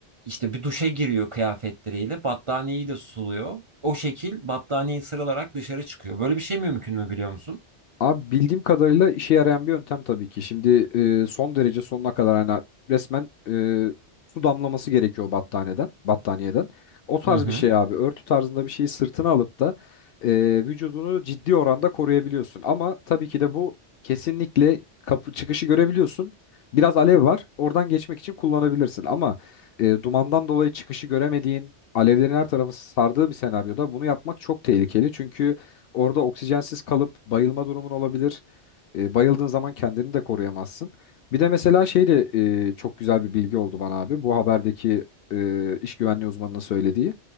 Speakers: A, on the right; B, on the left.
A: işte bir duşa giriyor kıyafetleriyle battaniyeyi de suluyor. O şekil battaniyeyi sıralarak dışarı çıkıyor. Böyle bir şey mümkün mü biliyor musun?
B: Abi bildiğim kadarıyla işe yarayan bir yöntem tabii ki. Şimdi e, son derece sonuna kadar hani resmen e, su damlaması gerekiyor battaniyeden, battaniyeden. O tarz
A: Hı hı.
B: bir şey abi. Örtü tarzında bir şeyi sırtına alıp da e, vücudunu ciddi oranda koruyabiliyorsun. Ama tabii ki de bu kesinlikle kapı çıkışı görebiliyorsun. Biraz alev var. Oradan geçmek için kullanabilirsin. Ama e, dumandan dolayı çıkışı göremediğin, alevlerin her tarafı sardığı bir senaryoda bunu yapmak çok tehlikeli. Çünkü Orada oksijensiz kalıp bayılma durumun olabilir. E, bayıldığın zaman kendini de koruyamazsın. Bir de mesela şey de e, çok güzel bir bilgi oldu bana abi. Bu haberdeki e, iş güvenliği uzmanının söylediği.